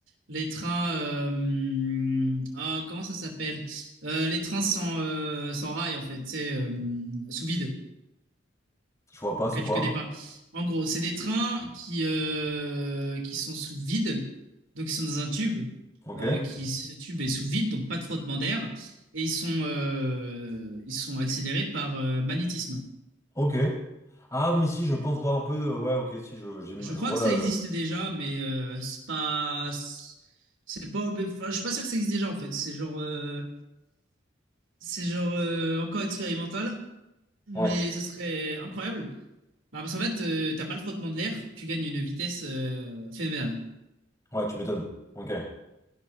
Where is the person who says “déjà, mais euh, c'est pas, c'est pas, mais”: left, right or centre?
Right